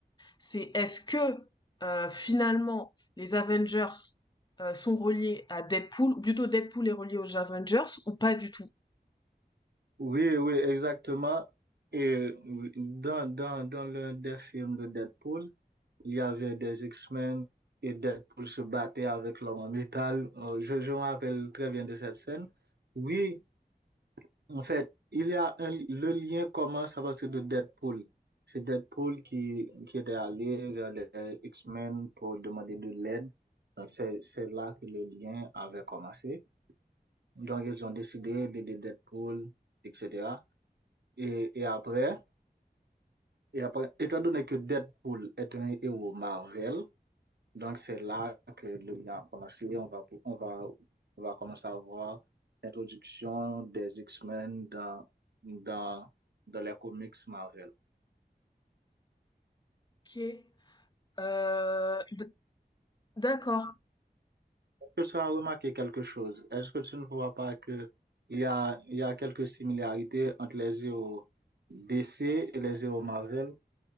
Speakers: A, on the left (about 25°); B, on the right (about 85°).
A: c'est est-ce que euh, finalement les Avengers euh, sont reliés à Deadpool, ou plutôt Deadpool est relié aux Avengers, ou pas du tout.
B: Oui, oui, exactement. Et dans, dans, dans l'un des films de Deadpool, il y avait des X-Men et Deadpool se battait avec l'homme en métal. Euh, Je, je me rappelle très bien de cette scène. Oui, En fait, il y a un, le lien commence à partir de Deadpool. C'est Deadpool qui, qui était allé vers les X-Men pour demander de l'aide. Donc, c'est, c'est là que le lien avait commencé. Donc, ils ont décidé d'aider Deadpool, etc. Et, et après, et après, étant donné que Deadpool est un héros Marvel, donc, c'est là que le bilan a commencé. On va, on va, on va commencer à voir l'introduction des X-Men dans, dans, dans les comics Marvel.
A: Ok. Euh, d- d'accord.
B: Est-ce que tu as remarqué quelque chose? Est-ce que tu ne vois pas que il y a, il y a quelques similarités entre les héros DC et les héros Marvel?